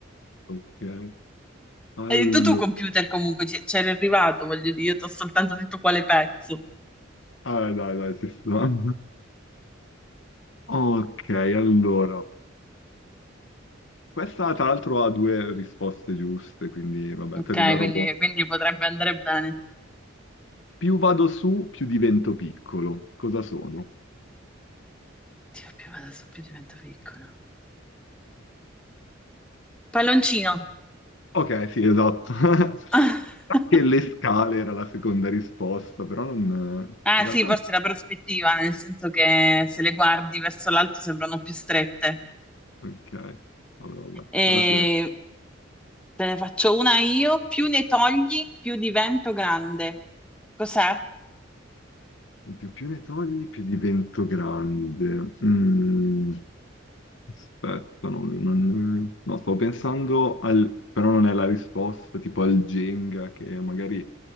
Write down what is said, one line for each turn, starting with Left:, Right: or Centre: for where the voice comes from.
Left: Ok, allora...
Centre: Hai detto tu computer comunque, c- c'era arrivato, voglio dire, io ti ho soltanto detto quale pezzo.
Left: Ah, dai, dai, ci sta. <laughs> Ok, allora... Questa tra l'altro ha due risposte giuste, quindi vabbè,
Centre: Ok,
Left: per da
Centre: quindi,
Left: robot.
Centre: quindi potrebbe andare bene.
Left: Più vado su, più divento piccolo. Cosa sono?
Centre: Dio, più adesso più divento piccolo. Palloncino.
Left: Ok, sì, esatto. <laughs> Anche
Centre: <laughs>
Left: le scale era la seconda risposta, però non...
Centre: Ah
Left: In realtà...
Centre: sì, forse
Left: non-
Centre: la prospettiva, nel senso che se le guardi verso l'alto sembrano più strette.
Left: Ok, vabbè, vabbè.
Centre: E
Left: Però sì,
Centre: te ne faccio una io, più ne togli, più divento grande. Cos'è?
Left: più, più ne togli, più divento grande. Mm. Aspetta, non, non- no, stavo pensando al... però non è la risposta, tipo al Jenga che magari